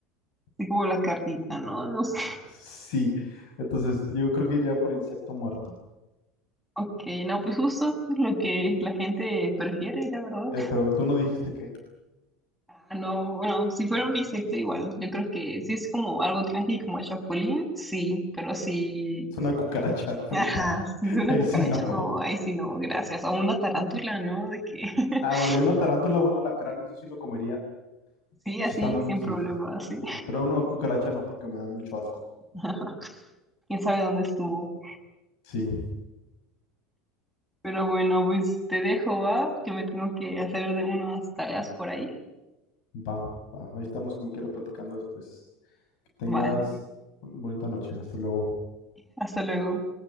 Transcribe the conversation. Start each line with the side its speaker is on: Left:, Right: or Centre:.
Centre: Así como la carnita, no, no sé.
Left: Sí, entonces yo creo que iría por insecto muerto.
Centre: Ok, no, pues justo lo que la gente prefiere, la verdad.
Left: Eh, pero tú no dijiste que
Centre: Ah, No, bueno, si fuera un insecto igual, yo creo que si es como algo tranqui como el chapulín, sí, pero si
Left: es una cucaracha frita.
Centre: Ajá, si
Left: <laughs>
Centre: es una
Left: Ahí
Centre: cucaracha,
Left: sí no.
Centre: no, ahí sí no, gracias. O una tarántula, ¿no? De que <laughs>
Left: Ah, bueno, y una tarántula, un alacrán, eso sí lo comería.
Centre: sí,
Left: Si
Centre: así,
Left: están,
Centre: sin
Left: sí,
Centre: problema,
Left: sí, sí.
Centre: sí.
Left: eso sí. Pero una cucaracha no, porque me da mucho asco.
Centre: <laughs> Quién sabe dónde estuvo.
Left: Sí.
Centre: Pero bueno, pues te dejo, va, que me tengo que hacer de unas tareas por ahí.
Left: Va, va. Ahí estamos como quiera platicando después. Que tengas
Centre: Vale,
Left: una bonita noche. Hasta luego.
Centre: hasta luego.